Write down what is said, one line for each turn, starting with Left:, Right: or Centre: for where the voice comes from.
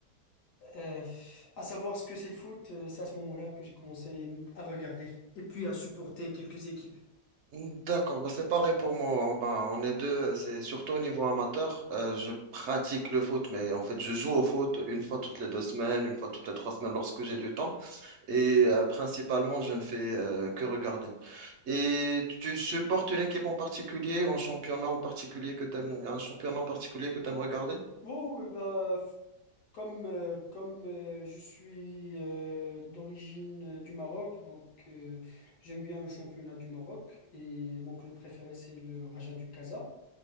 Left: euh, à savoir ce que c'est le foot, euh, c'est à ce moment-là que j'ai commencé à regarder et puis à supporter quelques équipes.
Right: D'accord, bah, c'est pareil pour moi. On, bah, on est deux, euh, c'est surtout au niveau amateur. Euh, je pratique le foot, mais en fait, je joue au foot une fois toutes les deux semaines, une fois toutes les trois semaines lorsque j'ai du temps. Et euh, principalement, je ne fais euh, que regarder. Et tu supportes une équipe en particulier ou un championnat en particulier que t'aimes, un championnat en particulier que t'aimes
Left: Ouais.
Right: regarder?
Left: Oh, oui, bah, Comme, euh, comme euh, je suis euh, d'origine euh, du Maroc, donc euh, j'aime bien le championnat du Maroc et mon club préféré c'est le Raja du Casa.